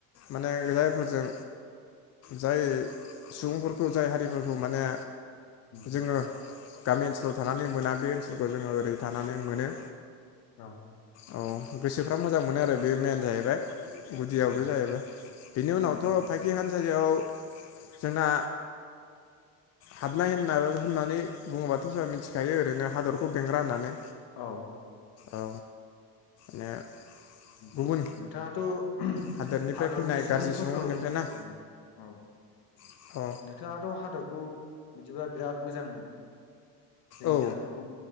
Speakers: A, on the left; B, on the left.
A: माने जायफोरजों जाय सुबुंफोरखौ जाय हारिफोरखौ माने
B: उम
A: जोंङो गामि ओनसोलाव थानानै मोना बे ओनसोलखौ जोंङो ओरै थानानै मोनो।
B: औ।
A: अ गोसोफ्रा मोजां मोनो आरो बे मेन जाहैबाय। गुदियावबो
B: औ
A: जाहैबाय बेनि उनावथ'
B: उम
A: फाइखि हान जायगायाव जोंना हाबनाय होनना होननानै बुङोबाथ' जोंहा मिथिखायो ओरैनो हादरखौ बेंग्रा होननानै।
B: औ
A: औ। माने
B: उम
A: गुबुन
B: नोंथांङाथ'
A: हादोरनिफ्राय
B: हादरनि
A: फैनाय
B: सुबुंफोरखौ
A: गाज्रि सुबुंफोरनिफ्राय
B: अ
A: ना
B: औ
A: अ
B: नोंथांङाथ' हादरखौ बिदिबा बिराद मोजां मोनो। जोंनि
A: औ
B: हादरखौ